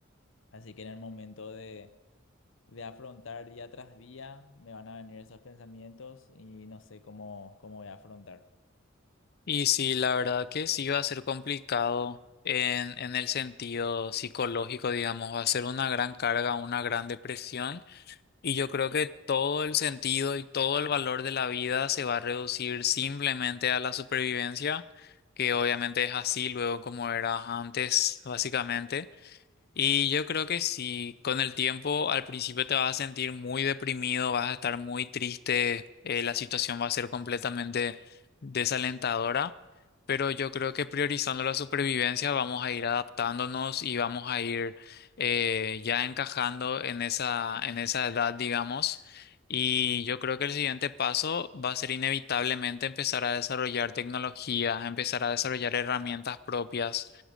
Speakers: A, on the left; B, on the left.
A: Así que en el momento de, de afrontar día tras día, me van a venir esos pensamientos y no sé cómo, cómo voy a afrontar.
B: Y sí, la verdad que sí va a ser complicado en, en el sentido psicológico, digamos, va a ser una gran carga, una gran depresión. Y yo creo que todo el sentido y todo el valor de la vida se va a reducir simplemente a la supervivencia, que obviamente es así luego como era antes, básicamente. Y yo creo que sí, con el tiempo al principio te vas a sentir muy deprimido, vas a estar muy triste, eh, la situación va a ser completamente desalentadora, pero yo creo que priorizando la supervivencia vamos a ir adaptándonos y vamos a ir eh, ya encajando en esa, en esa edad, digamos. Y yo creo que el siguiente paso va a ser inevitablemente empezar a desarrollar tecnología, empezar a desarrollar herramientas propias